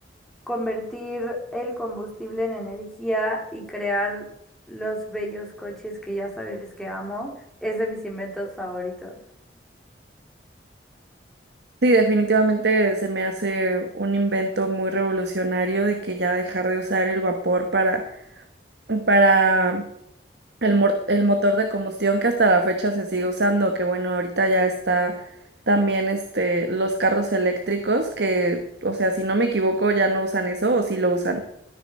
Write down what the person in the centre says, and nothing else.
convertir el combustible en energía y crear los bellos coches que ya sabes que amo, es de mis inventos favoritos.